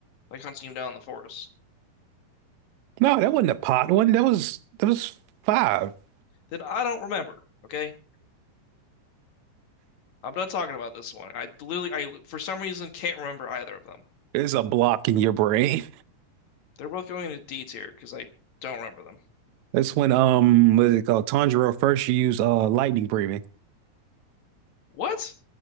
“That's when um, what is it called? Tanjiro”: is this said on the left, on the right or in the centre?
Right